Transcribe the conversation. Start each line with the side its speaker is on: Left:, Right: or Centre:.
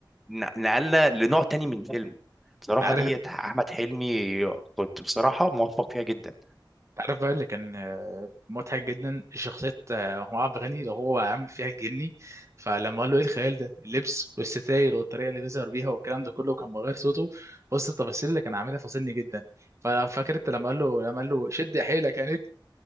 Centre: ن- نقلنا لنوع تاني من فيلم بصراحه
Right: انت عارف
Centre: دي احمد حلمي كنت بصراحه موفق فيها جدا
Right: تعرف بقى اللي كان آه، مضحك جدا شخصية آه، هو عبد الغني لو هو عامل فيها الجني فلما قال له ايه الخيال ده اللبس والستاير والطريقة اللي بيظهر بيها والكلام ده كله وكان بغير صوته بص التفاصيل اللي كان عاملها فاصلني جدا ففاكر انت لما قال له لما قال له شد حيلك يا نجم